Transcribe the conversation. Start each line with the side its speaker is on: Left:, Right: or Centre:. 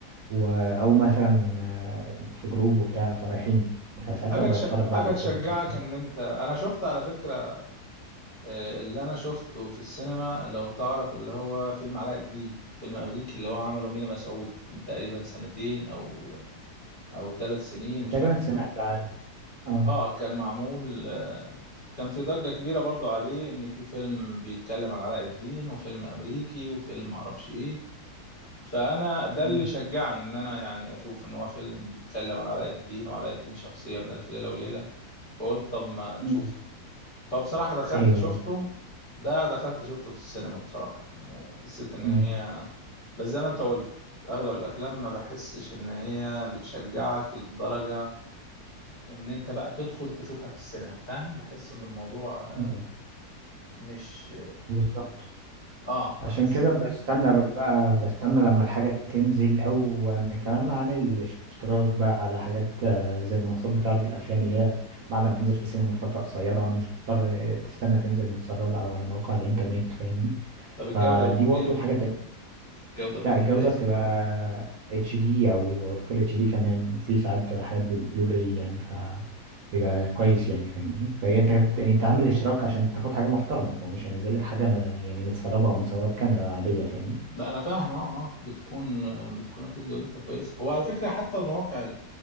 Right: و... أو مثلا آه، في جروب وبتاع فرايحين فساعتها
Left: حاجه
Right: بتفرج
Left: تش... حاجه
Right: بقى على الفيلم
Left: تشجعك
Right: في السينما
Left: ان انت انا شفت على فكره آه، اللي انا شفته في السينما لو تعرف اللي هو فيلم علاء الدين فيلم امريكي اللي هو عمله مينا مسعود من تقريبا سنتين او او ثلاث سنين مش
Right: تقريبا
Left: عارف
Right: سمعت عن اه
Left: اه كان معمول آه، كان في ضجه كبيره برضو عليه ان في فيلم بيتكلم عن علاء الدين وفيلم امريكي وفيلم معرفش ايه فانا ده اللي
Right: مم.
Left: شجعني ان انا يعني اشوف ان هو فيلم بيتكلم عن علاء الدين وعلاء الدين شخصيه من الف ليله وليله فقلت طب ما تشوفه
Right: مم.
Left: فبصراحة دخلت
Right: ايوه
Left: شفته ده دخلت شفته في السينما بصراحة يعني وحسيت إن
Right: مم.
Left: هي بس زي ما أنت قلت أغلب الأفلام ما بحسش إن هي بتشجعك للدرجة إن أنت بقى تدخل تشوفها في السينما فاهم بحس إن الموضوع آه،
Right: مم.
Left: مش
Right: بالظبط
Left: آه بحس
Right: عشان كده
Left: إن
Right: بستنى
Left: يعني
Right: بقى بستنى لما الحاجة تنزل او انا كمان عامل اشتراك بقى على حاجات آه، زي منصات بتعرض الافلام اللي هي بعد ما تنزل في السينما من فترة قصيرة مش بتضطر تستنى تنزل متسربة او على مواقع الانترنت فاهمني
Left: طب الجودة
Right: فدي
Left: بتكون
Right: برضو
Left: إيه؟
Right: حاجة
Left: الجودة بتكون
Right: لا الجودة
Left: كويسة
Right: بتبقى اتش دي او فول اتش دي كمان وفي ساعات بتبقى حاجات بالبلوراي يعني ف بيبقى كويس يعني فاهمني فهي انت كت- يعني انت عامل اشتراك عشان تاخد حاجة محترمة فهو مش هينزل لك حاجة ما يعني متسربة او متصورة بكاميرا عادية فاهمني
Left: لا أنا فاهم آه آه بتكون آه، بتكون أكيد جودتها كويسة هو على فكرة حتى المواقع